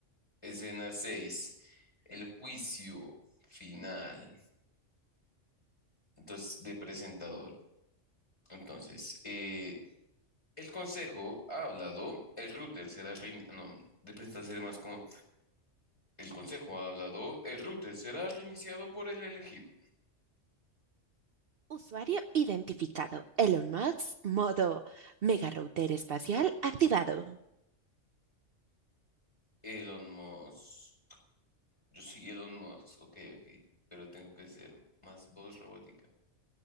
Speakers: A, on the left; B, on the right.
A: escena 6. El juicio final. Entonces, de presentador. Entonces, eh, el consejo ha hablado, el router será reiniciado. No, de presentar sería más como el consejo ha hablado, el router será reiniciado por el elegido.
B: Usuario identificado. Elon Musk, modo mega router espacial activado.
A: Elon Musk. Yo soy Elon Musk, ok, ok, pero tengo que ser más voz robótica.